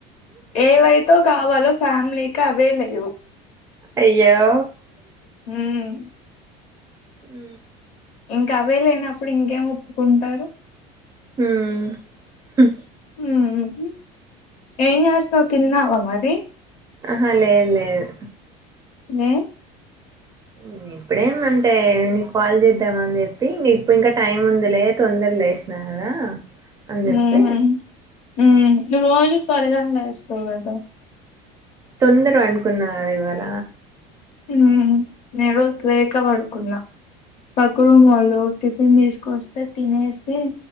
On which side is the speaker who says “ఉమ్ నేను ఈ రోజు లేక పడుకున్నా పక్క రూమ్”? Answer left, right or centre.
Left